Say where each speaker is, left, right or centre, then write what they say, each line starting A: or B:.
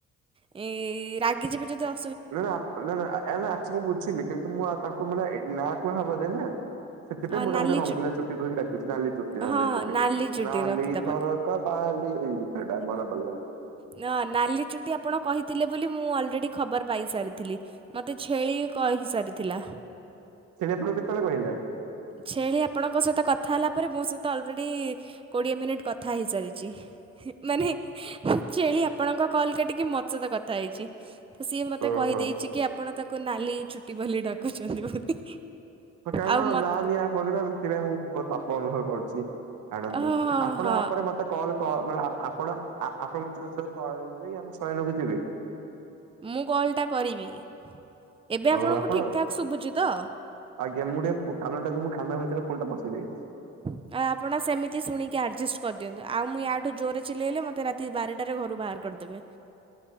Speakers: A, on the right; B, on the right.
A: ଏଇ ରାଗିଯିବେ ଯଦି ଅ
B: ନାନା ନାନା ଆ ମୁଁ ବୁଝିଲି କିନ୍ତୁ ମୁଁ ଆଉ ତାଙ୍କୁ ମାନେ ଏଇ ନା କୁହାହବ ନେନା ସେଥିପାଇଁ
A: ଆ
B: ମୁଁ
A: ନାଲି
B: ତାଙ୍କୁ ରଙ୍ଗିଲା ଚୁଟି କହିକି ଡାକେ। କହିଚି ନାଲି ଚୁଟି ନାଲି
A: ହଁ
B: ଚୁଟି
A: ନାଲି ଚୁଟି
B: ନାଲି
A: ରଖିଦେବା
B: ଫରକ ବାଲି ଏଇ ଗୀତଟା ମନେ ପଡିଲା।
A: ନା ନାଲି ଚୁଟି ଆପଣ କହିଥିଲେ ବୋଲି ମୁଁ ଅଲରେଡ଼ି ଖବର ପାଇସାରିଥିଲି। ମତେ ଛେଳି କହିସାରିଥିଲା।
B: ସେଟା ପୁଣି କେତେବେଳେ କହିଲା?
A: ଛେଳି ଆପଣଙ୍କ ସହିତ କଥା ହେଲା ତାପରେ ମୋ ସହିତ ଅଲରେଡି କୋଡିଏ ମିନିଟ୍ କଥା ହେଇସାରିଛି। ମାନେ ଛେଳି ଆପଣଙ୍କ କଲ୍ କାଟିକି ମୋତ ସହିତ କଥା ହେଇଛି। ତ ସିଏ ମତେ
B: ଓହୋ
A: କହିଦେଇଛି କି ଆପଣ ତାକୁ ନାଲି ଚୁଟି ବାଲି ଡକୁଛନ୍ତି ବୋଲି।
B: କାରଣ
A: ଆଉ ମତ
B: ନା ନିଆ ପନା ସେଥିପାଇଁ ମୁଁ ବହୁତ ପାପ ଅନୁଭବ କରୁଛି। ଛାଡ଼ନ୍ତୁ
A: ହଁ
B: ଆପଣ
A: ହଁ
B: ଆପରେ ମତେ କଲ କ ମାନେ ଆପଣ ଆପଣ କିବେ କି ଆମ ଶୟନ କୁ ଯିବି?
A: ମୁଁ କଲ୍ ଟା କରିବି। ଏବେ ଆପଣଙ୍କୁ
B: ଓହୋ ଆପଣ
A: ଠିକ ଠାକ୍ ଶୁଭୁଛି ତ?
B: ଆଜ୍ଞା ମୁଁ ଟିକେ କାନ ଟାକୁ କାନ ଭିତରେ ଫୋନ୍ ଟାକୁ ପସେଇ ଦେଇଛି।
A: ଆଉ ଆପଣ ସେମିତି ଶୁଣିକି ଆଡ଼ଜଷ୍ଟ କରିଦଅନ୍ତୁ। ଆଉ ମୁଁ ୟାଠୁ ଜୋରରେ ଚିଲେଇଲେ ମୋତେ ରାତି ବାରଟାରେ ଘରୁ ବାହାର କରିଦେବେ।